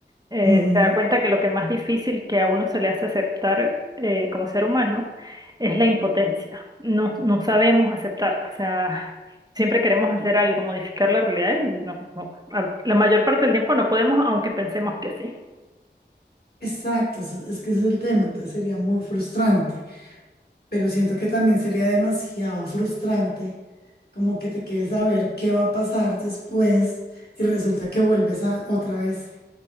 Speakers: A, on the right; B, on the left.
A: eh,
B: ujú,
A: se da cuenta que lo que más difícil que a uno se le hace aceptar eh, como ser humano es la impotencia. No, no sabemos aceptar, o sea, siempre queremos hacer algo, modificar la realidad y no, no, a- la mayor parte del tiempo no podemos, aunque pensemos que sí.
B: Exacto, eso- es que ese es el tema, entonces sería muy frustrante. pero siento que también sería demasiado frustrante, como que te quedes a ver qué va a pasar después y resulta que vuelves a otra vez